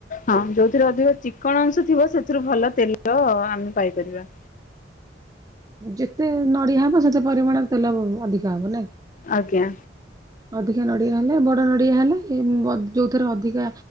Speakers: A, on the left (about 45°); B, on the right (about 20°).
A: ହଁ ଯୋଉଥିରେ ଅଧିକ ଚିକଣ ଅଂଶ ଥିବ ସେଥିରୁ ଭଲ ତେଲ ଆମେ ପାଇପାରିବା।
B: ଯେତେ ନଡିଆ ହବ ସେତେ ପରିମାଣର ତେଲ ଅଧିକ ହବ ନାଇଁ।
A: ଆଜ୍ଞା।
B: ଅଧିକା ନଡ଼ିଆ ହେଲେ ବଡ଼ ନଡ଼ିଆ ହେଲେ ଯେଉଁଥିରେ ଅଧିକା